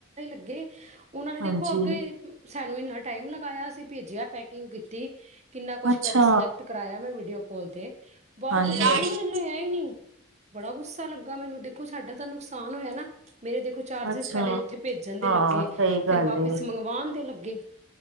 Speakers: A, on the right (about 30°); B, on the right (about 70°).
A: ਅੱ ਗਗੇ <inaudible> ਉਹਨਾਂ ਨੇ ਦੇਖੋ
B: ਹਾਂਜੀ
A: ਅੱਗੇ ਸਾਨੂੰ ਇੰਨਾ ਟਾਈਮ ਲਗਾਇਆ, ਅਸੀਂ ਭੇਜਿਆ ਪੈਕਿੰਗ ਕੀਤੀ। ਕਿੰਨਾ ਕੁਛ
B: ਅੱਛਾ
A: ਪਹਿਲੇ ਸਿਲੈਕਟ ਕਰਾਆ, ਮੈਂ ਵੀਡੀਓ। ਬੋਲਦੇ ਬਾਅਦ
B: ਹਾਂਜੀ
A: ਚੋਂ ਭੈਣ
B: ਹਾਂਜੀ।
A: ਜੀ ਉਹਨਾਂ ਨੇ ਲਿਆਇ ਹੀ ਨੀ। ਬੜਾ ਗੁੱਸਾ ਲੱਗਾ ਮੈਨੂੰ, ਦੇਖੋ ਸਾਡਾ ਤਾਂ ਨੁਕਸਾਨ ਹੋਇਆ ਨਾ। ਮੇਰੇ ਦੇਖੋ ਚਾਰਜਿਸ
B: ਅੱਛਾ
A: ਪਹਿਲੇ ਉੱਥੇ ਭੇਜਣ ਦੇ
B: ਹਾਂ
A: ਲੱਗੇ,
B: ਸਹੀ ਗੱਲ
A: ਫੇਰ ਵਾਪਿਸ
B: ਏ
A: ਮੰਗਵਾਉਣ ਦੇ ਲੱਗੇ। ਅੱਗੇ